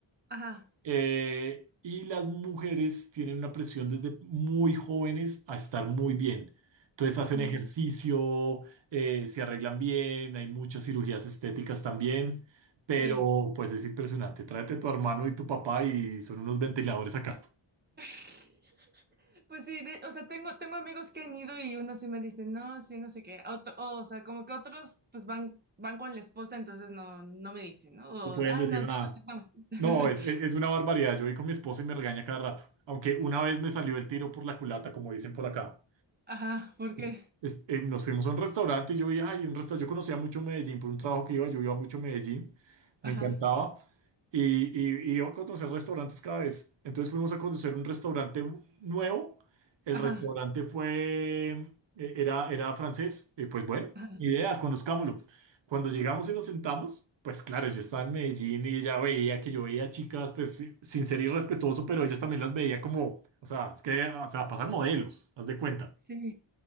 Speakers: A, on the right; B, on the right.
A: ajá.
B: Eh, y las mujeres tienen una presión desde muy jóvenes a estar muy bien. Entonces hacen
A: mm,
B: ejercicio, eh, se arreglan bien, hay muchas cirugías estéticas también, pero
A: sí.
B: pues es impresionante. Tráete a tu hermano y tu papá y son unos ventiladores acá.
A: <laughs> Pues sí, de- o sea, tengo, tengo amigos que han ido y unos sí me dicen, no, sí, no sé qué. Otro- o sea, como que otros pues van, van con la esposa, entonces no, no me dicen, ¿no? O,
B: No pueden
A: ah,
B: decir
A: no, bueno,
B: nada.
A: así estamos.
B: No, es, es es una barbaridad. Yo voy con mi esposo y me regaña cada rato. Aunque una vez me salió el tiro por la culata, como dicen por acá.
A: Ajá, ¿por
B: es-
A: qué?
B: es- eh, nos fuimos a un restaurante y yo vi, ay, un restaurante, yo conocía mucho Medellín por un trabajo que iba, yo iba mucho a Medellín, me
A: Ajá,
B: encantaba y, y- y iba a conocer restaurantes cada vez. Entonces fuimos a conocer un restaurante nuevo, el
A: ajá,
B: restaurante fue, eh, era, era francés, y pues bueno,
A: ajá.
B: idea, conozcámoslo. Cuando llegamos y nos sentamos, pues claro, yo estaba en Medellín y ella veía que yo veía chicas, pues si- sin ser irrespetuoso, pero ellas también las veía como, o sea, es que, o sea, pasan modelos, haz de cuenta.
A: Sí.